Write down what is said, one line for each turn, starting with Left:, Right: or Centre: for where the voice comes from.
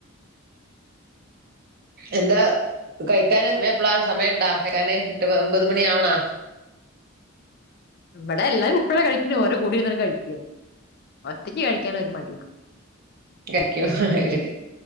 Right: എന്താ കഴിക്കാന് എപ്പളാ സമയണ്ടാ കഴിക്കാന് എട്ട് ഒമ്പത് മണി ആവണാ
Left: ഇവിടെ എല്ലാരും എപ്പഴാ കഴിക്കുന്നേ ഓരുടെ കൂടെ ഇരുന്ന് കഴിക്കും ഒറ്റയ്ക്ക് കഴിക്കാൻ ഒരു മടിയാ
Right: കഴിക്കും ഇതിൽ